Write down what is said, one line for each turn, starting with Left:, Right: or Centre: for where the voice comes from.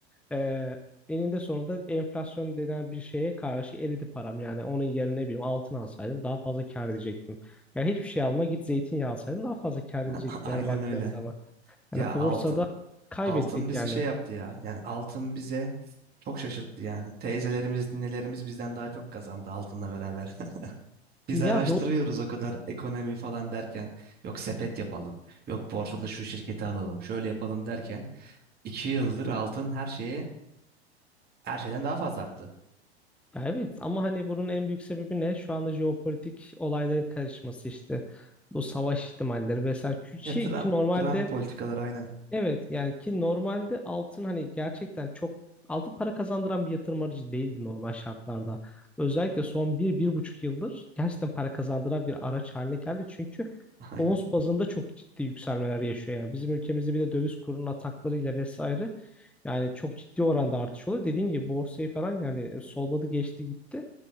Centre: e, eninde sonunda enflasyon denen bir şeye karşı eridi param. Yani onun yerine ne bileyim altın alsaydım daha fazla kar edecektim. Ya hiçbir şey alma git zeytinyağı alsaydım daha fazla kar edecektim
Right: <laughs> Aynen
Centre: yani baktığınız
Right: öyle.
Centre: zaman. Yani
Right: Ya
Centre: borsada kaybettik
Right: Altın bizi
Centre: yani.
Right: şey yaptı ya. Yani altın bize çok şaşırttı yani. Teyzelerimiz, ninelerimiz bizden daha çok kazandı altınla beraber. <laughs> Biz
Centre: Ya
Right: araştırıyoruz
Centre: doğru.
Right: o kadar ekonomi falan derken. Yok sepet yapalım. Yok borsada şu şirketi alalım. Şöyle yapalım derken. iki yıldır altın her şeye her şeyden daha fazla arttı.
Centre: Ya evet ama hani bunun en büyük sebebi ne? Şu anda jeopolitik olayların karışması işte. Bu savaş ihtimalleri vesaire. Ki,
Right: Ya Trump,
Centre: ki normalde
Right: Trump politikaları aynen.
Centre: Evet yani ki normalde altın hani gerçekten çok altın para kazandıran bir yatırım aracı değildi normal şartlarda. Özellikle son bir, bir buçuk yıldır gerçekten para kazandıran bir araç haline geldi. Çünkü
Right: Aynen.
Centre: ons bazında çok ciddi yükselmeler yaşıyor yani. Bizim ülkemizde bir de döviz kurunun ataklarıyla vesaire yani çok ciddi oranda artış oluyor. Dediğim gibi borsayı falan yani solladı geçti gitti.